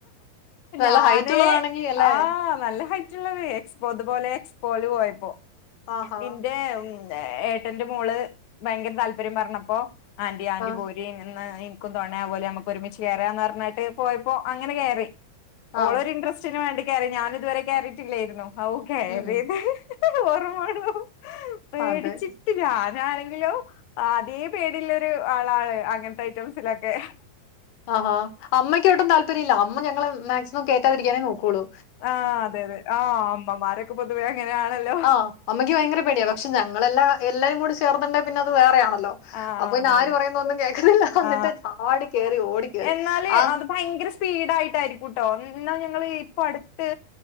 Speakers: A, on the left; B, on the left.
A: നല്ല
B: ഞാന്
A: ഹൈറ്റ് ഉള്ളതാണെങ്കി അല്ലേ
B: ആഹ് നല്ല ഹൈറ്റുള്ളത് എക്സ്പോ അതുപോലെ എക്സ്പോല് പോയപ്പോ
A: ആഹാ
B: എന്റെ ഉം ഏട്ടൻ്റെ മോള് ഭയങ്കര താല്പര്യം പറഞ്ഞപ്പോ ആന്റി ആന്റി
A: ആഹ്
B: പോരിം ഇന്ന്ഇൻ ക്കും തൊണേയാവോലൊ നമുക്ക് ഒരുമിച്ച് കേറാന്നറഞ്ഞിട്ട് പോയപ്പോ അങ്ങനെ കേറി
A: ആഹ്
B: ഓളൊരു ഇൻട്രസ്റ്റ് റ്റീന് വേണ്ടി കേറി ഞാനിതുവരെ കേറീട്ടില്ലായിരുന്നു ഔ കേറിയത്
A: ഉം
B: ഓർമ്മേയുള്ളൂ പേടിച്ചിട്ട്
A: അതെ
B: ഞാനാണെങ്കിലോ അതേ പേടീള്ളൊരു ആളാണ് അങ്ങൻത്തെ ഐറ്റംസിലൊക്കെ
A: ആഹാ അമ്മക്കൊട്ടും താല്പര്യല്ല അമ്മ ഞങ്ങളെ മാക്സിമം കേറ്റാതിരിക്കാനേ നോക്കൊള്ളൂ
B: ആഹ് അതെ അതെ ആഹ് അമ്മമാരൊക്കെ പൊതുവേ അങ്ങനെയാണല്ലോ
A: ആഹ് അമ്മയ്ക്ക് ഭയങ്കര പേടിയി പക്ഷെ ഞങ്ങളെല്ലാ എല്ലാരുംകൂടെ ചേർന്നുണ്ടേ പിന്നെ അത് വേറെ ആണല്ലോ.
B: ആ
A: അപ്പൊപിന്നെ
B: അതെ
A: ആര്
B: അതെ
A: പറയുന്ന ഒന്നും കേക്കുന്നില്ല എന്നിട്ട്
B: ആ
A: ചാടി കേറി ഓടി കേറി
B: എന്നാല്
A: ആഹ്
B: അത് ഭയങ്കര സ്പീഡായിട്ടായിരിക്കുംട്ടോ എന്നാ ഞങ്ങള് ഇപ്പൊ അടുത്ത്.